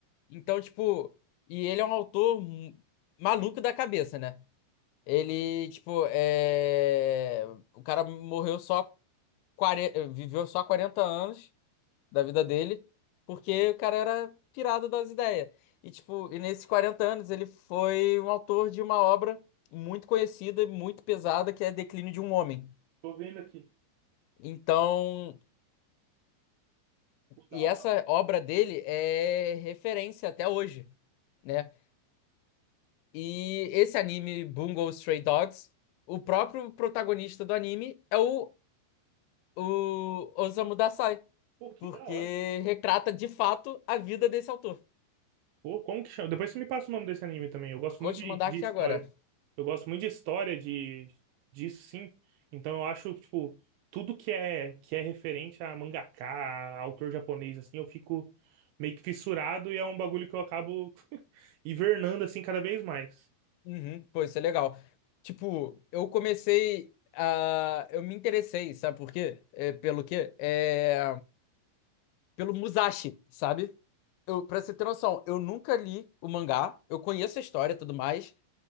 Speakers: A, on the left; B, on the right.
A: Então, tipo, e ele é um autor mu- maluco da cabeça, né? Ele, tipo, é... o cara morreu só 40, viveu só 40 anos da vida dele, porque o cara era pirado das ideias. E tipo, e nesses 40 anos ele foi um autor de uma obra muito conhecida e muito pesada que é Declínio de um Homem.
B: tô vendo aqui.
A: Então,
B: Pô, da
A: E
B: hora,
A: essa
B: velho.
A: obra dele é referência até hoje, né? E esse anime, Bungo Stray Dogs, o próprio protagonista do anime é o, o Osamu Dazai,
B: Pô, que
A: porque
B: da hora.
A: retrata de fato a vida desse autor.
B: Pô, como que chama? Depois você me passa o nome desse anime também. Eu gosto
A: Vou
B: muito
A: te
B: de,
A: mandar
B: de
A: aqui
B: história.
A: agora.
B: Eu gosto muito de história, de disso sim. Então eu acho, tipo, tudo que é que é referente a mangaka, a autor japonês, assim, eu fico meio que fissurado e é um bagulho que eu acabo <laughs> hibernando, assim, cada vez mais.
A: Uhum, pô, isso é legal. Tipo, eu comecei a. Eu me interessei, sabe por quê? É, pelo quê? É. pelo Musashi, sabe? Eu, pra você ter noção, eu nunca li o mangá, eu conheço a história e tudo mais.